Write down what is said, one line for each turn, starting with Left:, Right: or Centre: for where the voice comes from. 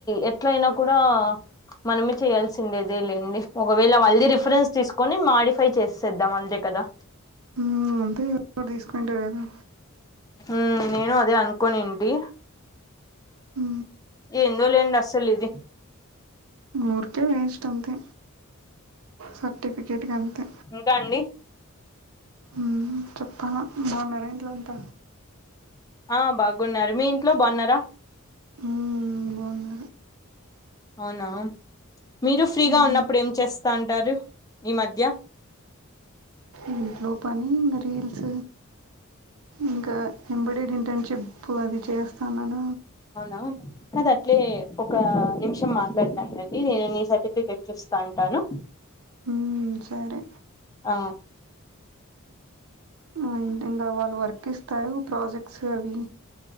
Left: ఎట్లయినా కూడా మనమే చేయాల్సి ఉండేదే లేండి ఒకవేళ వళ్దిీ రిఫరెన్స్ తీసుకొని మాడిఫై చేసేద్దాం అంతే కదా
Right: ఉ అంతే గా తీసుకుంటరు కదా
Left: హ నేను అదే అనుకొనింటి
Right: ఉ
Left: ఏందో లేండి అస్సలు ఇది
Right: ఊరికే వేస్ట్ అంతే సర్టిఫికేట్కి అంతే
Left: ఇంక అండి
Right: ఉమ్ చెప్పాల బాన్నర ఇంట్లో అంత?
Left: ఆ బాగున్నారు, మీ ఇంట్లో బాన్నారా?
Right: ఉమ్ బాన్న
Left: అవునా, మీరు ఫ్రీగా
Right: మ్మ్
Left: ఉన్నప్పుడు ఏం చేస్తాంటరు ఈ మధ్య?
Right: ఇంట్లో పని ఇంగ రీల్స్ ఇంకా ఎంబడేడ్ ఇంటర్న్షిప్ అది చేస్తానన
Left: అవునా అద అట్లే ఒక నిమిషం మాట్లాడతాడండి నేను నీ సర్టిఫికెట్ చూస్తా ఉంటాను.
Right: ఉమ్ సరే
Left: ఆ
Right: ఆ, ఇంకా వాళ్ళు వర్క్ ఇస్తారు ప్రాజెక్ట్స్ అవి